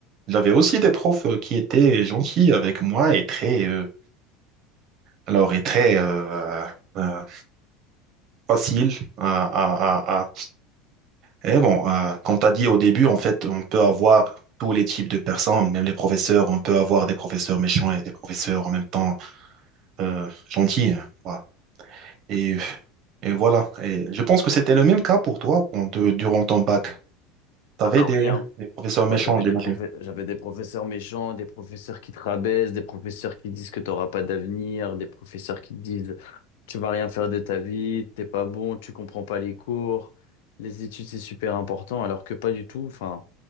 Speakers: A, on the right; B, on the left.
A: j'avais aussi des profs euh, qui étaient gentils avec moi et très, euh, alors, et très, euh, euh, facile à, à, à, à- Et bon, euh, comme tu as dit au début, en fait, on peut avoir tous les types de personnes, même les professeurs, on peut avoir des professeurs méchants et des professeurs en même temps, euh, gentils. hein. Voilà. Et, et voilà. Et je pense que c'était le même cas pour toi pour- de- durant ton bac. Tu
B: Ah
A: avais des,
B: oui, hein.
A: des professeurs méchants,
B: Moi, j'avais
A: j'imagine.
B: des profe- j'avais des professeurs méchants, des professeurs qui te rabaissent, des professeurs qui disent que tu n'auras pas d'avenir, des professeurs qui te disent tu vas rien faire de ta vie, t'es pas bon, tu comprends pas les cours, les études c'est super important, alors que pas du tout. Enfin,